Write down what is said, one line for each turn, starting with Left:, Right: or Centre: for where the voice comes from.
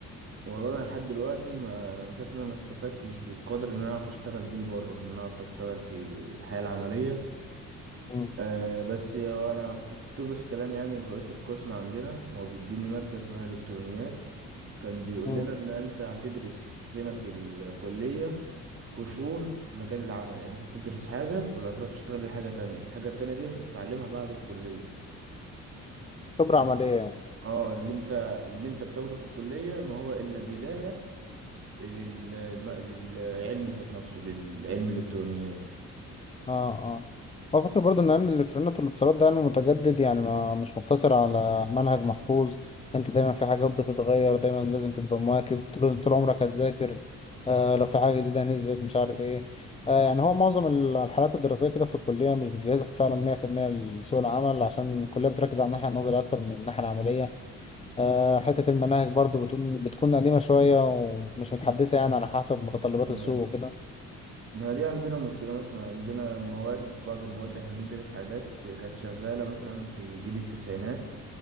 Right: والله انا لحد دلوقتي ما انا مش شايف ان انا ما استفدتش بالقدر ان انا اعرف اشتغل بيه بره ان انا اعرف اشتغل في الحياة العملية
Left: مم.
Right: أه بس هو انا كنت بس كلام يعني الرئيس القسم عندنا هو بيديني مادة اسمها الكترونيات كان بيقول
Left: مم.
Right: لنا ان انت هتدرس هنا في الكلية قشور مجال العمل يعني انت هتدرس حاجة ولا هتروح تشتغل بيها حاجة تانية الحاجة التانية دي انت هتتعلمها بعد الكلية
Left: خبره
Right: بس
Left: عمليه
Right: ال-
Left: يعني.
Right: اه اللي انت اللي انت بتاخده في الكلية ما هو الا بداية لل... الم- للعلم ذات نفسه للعلم الالكترونيات
Left: اه اه بفكر برضه ان علم الالكترونيات والاتصالات ده علم متجدد يعني ما مش مقتصر على منهج محفوظ انت دايما في حاجات بتتغير دايما لازم تبقى مواكب طول طول عمرك هتذاكر آه لو في حاجه جديده نزلت مش عارف ايه آه يعني هو معظم ال- الحالات الدراسيه كده في الكليه مش بتجهزك فعلا 100% لسوق العمل عشان الكليه بتركز على الناحيه النظريه اكتر من الناحيه العمليه آه حته المناهج برضه بتكون بتكون قديمه شويه ومش متحدثه يعني على حسب متطلبات
Right: ما...
Left: السوق وكده
Right: ما دي عندنا مشكلة مثلا عندنا مواد في بعض المواد احنا بندرس حاجات كانت شغالة مثلا في جيل التسعينات